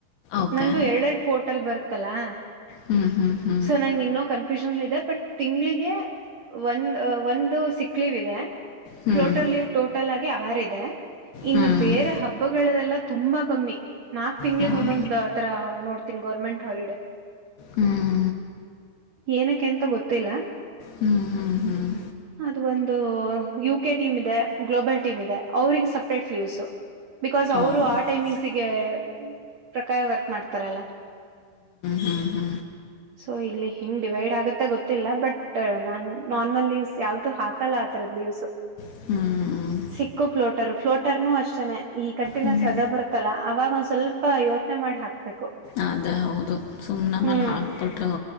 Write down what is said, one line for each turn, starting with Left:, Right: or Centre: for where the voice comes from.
Left: ಓಕೆ
Right: ನಂದು ಎರಡೆರಡು ಪೋರ್ಟಲ್ ಬರುತ್ತಲಾ
Left: ಹ್ಞೂ ಹ್ಞೂ ಹ್ಞೂ
Right: ಸೊ ನಂಗ ಇನ್ನೊ ಕನ್ ನ್ ಇದೆ ಬಟ್ ತಿಂಗಳಿಗೆ ಒಂದ ಒಂದು ಸಿಕ್ಲಿಿವ ಇದೆ
Left: ಹ್ಞೂ
Right: ಫ್ಲೋಟರ್ ಲೀವ್ ಟೋಟಲ್ ಆಗಿ ಆರ ಇದೆ ಇನ್ನು
Left: ಹ್ಞೂ
Right: ಬೇರೆ ಹಬ್ಬಗಳಲ್ಲೆಲ್ಲ ತುಂಬಾ ಕಮ್ಮಿ ನಾಕ್ ತಿಳಗ್
Left: ಹಾಂ
Right: ಒಂದೊಂದ್ ತರ ನೋಡ್ತೀನ ಗೌರ್ಮೆಂಟ್ ಹಾಲಿಡೆ
Left: ಹ್ಮ್
Right: ಏನಕ್ಕೆಂತ ಗೊತ್ತಿಲ್ಲ
Left: ಹ್ಮ್ ಹ್ಮ್ ಹ್ಮ್
Right: ಅದು ಒಂದು ಯು ಕೆ ಟೀಮ್ ಇದೆ ಗ್ಲೋಬಲ್ ಟೀಮ್ ಇದೆ ಅವರಿಗೆ ಸಪ್ರೇಟ್ ಲ್ಲೀವ್ಸ ಬಿಕಾಸ್
Left: ಹಾಂ
Right: ಅವರು ಆ ಟೈಮಿಂಗ್ಸಗೆ ಪ್ರಕಾರ ವರ್ಕ್ ಮಾಡ್ತಾರಲ್ಲ
Left: ಹಾ ಹಾ
Right: ಸೊ ಇಲ್ಲಿ ಹಿಂಗ್ ಡಿವೈಡ್ ಆಗುತ್ತೆ ಗೊತ್ತಿಲ್ಲ ಬಟ್ ನಾನ್ ನಾರ್ಮಲ್ ಯಾವ್ದು ಹಾಕಲ್ಲ ಆ ತರದ ದಿವ್ಸು
Left: ಹ್ಮ್
Right: ಸಿಕ್ಕು ಫ್ಲೋಟರ್ ಫ್ಲೋಟರ್ನು ಅಷ್ಟೇನೆ ಈ ಕಂಟಿನಸ್
Left: ಹ್ಞೂ
Right: ರಜಾ
Left: ಹ್ಞೂ
Right: ಬರುತ್ತಲ್ಲ ಅವವಾಗ ಒಂದ್ ಸ್ವಲ್ಪ ಸ್ವಲ್ಪ ಯೋಚನೆ ಮಾಡಿ ಹಾಕ್ಬೇಕು
Left: ಅದೇ ಹೌದು ಸುಮ್ನೆ
Right: ಹ್ಮ್
Left: ಅಲ್ಲಿ ಹಾಕ್ಬಿಟ